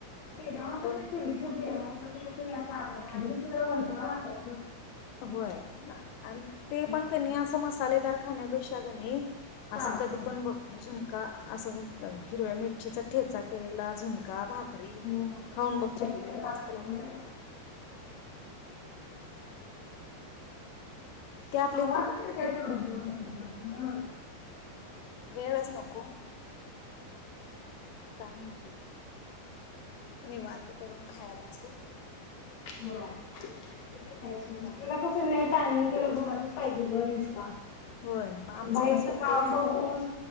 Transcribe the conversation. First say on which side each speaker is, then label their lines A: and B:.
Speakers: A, on the left; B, on the left.
A: ते गावाकडचं
B: दोन
A: चुलीच जेवण आधी <unintelligible> कसं भारी वाटायचं
B: होय आणि ते पण
A: तरी
B: कनी अस मसालेदार खाण्यापेक्षा कनी
A: साधन
B: असं कधी पण बघ झूनका असं द हिरव्या मिर चीचा ठेचा केलेला झुणका भाकरी
A: हो
B: खाऊन बघ
A: <unintelligible>
B: चुलीवलेली मस्त लागत्या त्या
A: असं काही पण बणुन घ्यायचं न
B: वेळच नको काय म्हणती? निवांत करून खायला असं
A: होय. ते तर खायचं.
B: गा
A: त्याला कसं वेळ टायमिंग तकेला घरातच पाहिजे ग निस्ता
B: होय मग आमचं
A: बाहेरचा
B: कसं होतंय
A: काम बघून